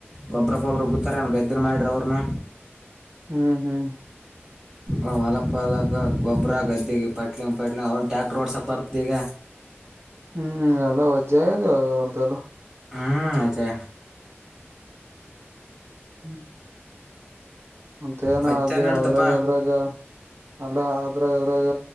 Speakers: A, on the right; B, on the right.
A: ಗೊಬ್ರಪ್ಪೊಬ್ಬರು ಗೊತ್ತಾರೆ ಗದ್ದೆಲು ಮಾಡಿ್ರ ಅವ್ರನು
B: ಹ್ಮ್ ಹ್ಮ್
A: ಅ ಹೊಲ ಪಾಲ ಅದ ಗೋಬ್ರ ಗದ್ದಿಗಿ ಪ್ಯಾಟ್ಲಿಂವ ಪಟ್ಲಿಂವ ಅವನ್ ಟ್ಯಾಕ್ಟರ್ ಓಡ್ಸಕ್ ಬರ್ತ ಈಗ.
B: ಹ್ಮ್ ಎಲ್ಲ ವಜ್ಜೆ ಆದೆ ಅವರ್ದೆಲ್ಲ
A: ಹ್ಮ್ ಅತ್ತೆ
B: ಹ್ಮ್ ಮಂತ ಏನ
A: ಮತ್ತೆ
B: ಅದೇ
A: ನಡ್ದಪ್ಪ
B: ಅದ್ರಾಗ ಅದ್ರಾಗ ಅಲ್ಲ ಅದ್ರಾಗ ಅದ್ರಾಗ